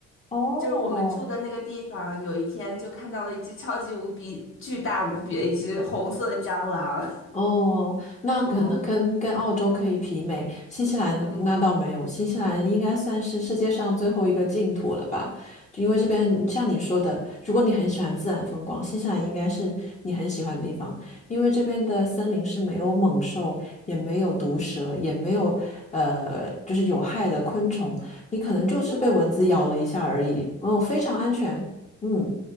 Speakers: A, on the left; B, on the left.
A: 哦
B: 就是我们住的那个地方，有一天就看到了一只超级无比巨大无比的一只红色的蟑螂。
A: 哦，那可能跟跟澳洲可以媲美，
B: 嗯
A: 新西兰那倒没有，
B: 嗯，
A: 新西兰应该算是世界上最后一个净土了吧？就因为这边像你说的，如果你很喜欢自然风光，新西兰应该是你很喜欢的地方，因为这边的森林是没有猛兽，也没有毒蛇，也没有呃就是有害的昆虫，你可能就是被蚊子咬了一下而已，
B: 真的吗？
A: 嗯，非常安全，嗯，